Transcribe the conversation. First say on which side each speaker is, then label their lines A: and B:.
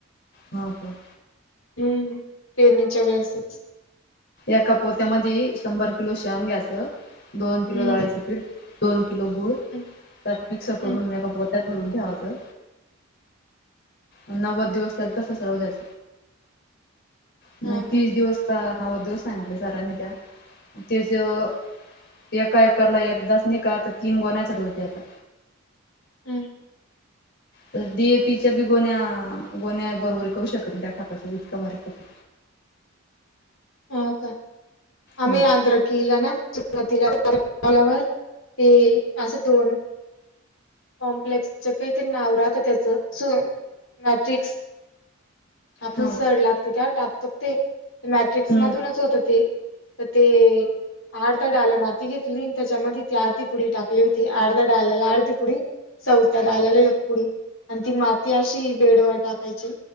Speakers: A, on the left; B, on the left.
A: हाव का,
B: हम्म, पेरणीच्या वेळेसच.
A: एका पोत्यामधी शंभर किलो शयन घ्यायचं दोन किलो
B: हम्म
A: डाळीच पीठ. दोन किलो गुळ
B: हम्म
A: त्यात मिक्स
B: हम्म
A: करून एका पोत्यात भरून ठेवायच. अन नव्वद दिवस त्याला तस च राहू द्यायच. नाही
B: हो
A: तीस
B: का
A: दिवस का नव्वद दिवस सांगितले सरांनी त्या तीस दी''--'' एका एकरला एकदाच निका तर तीन गोण्या चढवत्या आत्ता.
B: हम्म,
A: तर डीएपी च्या बी गोन्या गोन्या बरोबरी करू शकत नाही त्या खातच्या इतकां भारी खत.
B: हाव काय आम्ही
A: हो
B: आद्रकिला ना. चरातिला <inaudible> आल्यावर ते असं दोन कॉम्प्लेक्सच कायतरी नाव राहत त्याचं स मॅट्रिक्स. आपुण
A: हो
B: सड लागते त्यावर टाकत्यात ते मॅटिक. ट्रिक्स
A: हम्म
B: मधूनच होत ते तर ते. अर्ध्या डाळ माती घेतली आणि त्याच्यामध्ये ती आर्धी पुडी टाकली होती अर्ध्या डाल्याला आर्धी पुडी. चवत्या डाल्याला एक पुढि आणि ती माती अशी बेडवर टाकायची.